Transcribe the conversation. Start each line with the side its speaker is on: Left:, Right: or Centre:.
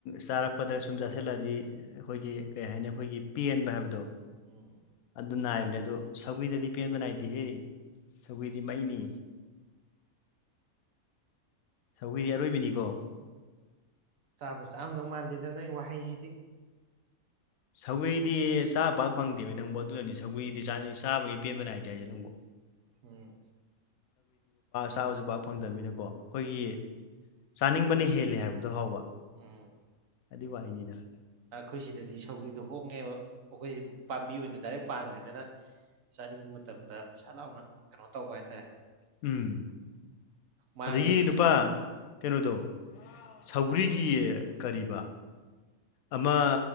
Left: ꯆꯥꯔꯛꯄꯗ ꯁꯨꯝ ꯆꯥꯁꯤꯜꯂꯛꯂꯗꯤ ꯑꯩꯈꯣꯏꯒꯤ ꯀꯩ ꯍꯥꯏꯅꯤ ꯑꯩꯈꯣꯏꯒꯤ ꯄꯦꯟꯕ ꯍꯥꯏꯕꯗꯣ
Right: ꯎꯝ
Left: ꯑꯗꯨ ꯅꯥꯏꯕ ꯑꯗꯣ ꯁꯧꯒ꯭ꯔꯤꯗꯗꯤ ꯄꯦꯟꯕ ꯅꯥꯏꯗꯦꯍꯦ ꯁꯧꯒ꯭ꯔꯤꯗꯗꯤ ꯃꯩꯅꯤ
Right: <inaudible>
Left: ꯁꯧꯒꯤ ꯑꯔꯣꯏꯕꯤꯅꯤꯀꯣ
Right: ꯆꯥꯕꯨ ꯆꯥꯝꯗꯧ ꯃꯥꯟꯗꯦꯗ ꯅꯪ ꯋꯥꯍꯩꯖꯤꯗꯤ
Left: ꯁꯧꯒ꯭ꯔꯤꯗꯤ ꯆꯥꯕ ꯄꯥꯛ ꯐꯪꯗꯦꯕ ꯅꯪꯕꯨ ꯑꯗꯨꯅꯅꯤ ꯁꯧꯒ꯭ꯔꯤꯗꯤ ꯆꯥꯕꯒꯤ ꯄꯦꯟꯕ ꯅꯥꯏꯗꯦ ꯍꯥꯏꯖꯦ ꯅꯪꯕꯨ
Right: ꯎꯝ
Left: ꯆꯥꯕꯖꯨ ꯄꯥꯛ ꯐꯪꯗꯕꯅꯤꯅꯀꯣ ꯈꯣꯏꯒꯤ ꯆꯥꯅꯤꯡꯕꯅ ꯍꯦꯜꯂꯦ ꯍꯥꯏꯕꯗꯣ ꯍꯥꯎꯕ
Right: ꯎꯝ
Left: ꯑꯗꯨꯏ ꯋꯥꯔꯤꯅꯤꯗ
Right: ꯈꯣꯏ ꯁꯤꯗꯗꯤ ꯁꯧꯒ꯭ꯔꯤꯗꯣ ꯍꯣꯡꯉꯦꯕ ꯑꯈꯣꯏ ꯄꯥꯝꯕꯤ ꯑꯣꯏꯅ ꯗꯥꯏꯔꯦꯛ ꯄꯥꯟꯕꯅꯤꯅ ꯆꯥꯅꯤꯡꯕ ꯃꯇꯝꯗ ꯁꯠ ꯂꯥꯎꯅ ꯀꯩꯅꯣ ꯇꯧꯕ ꯍꯥꯏꯇꯔꯦ
Left: ꯎꯝ
Right: ꯃꯥꯒꯤ
Left: ꯑꯗꯒꯤ ꯅꯨꯄꯥ ꯀꯩꯅꯣꯗꯣ ꯁꯧꯒ꯭ꯔꯤꯒꯤ ꯀꯔꯤꯕ ꯑꯃ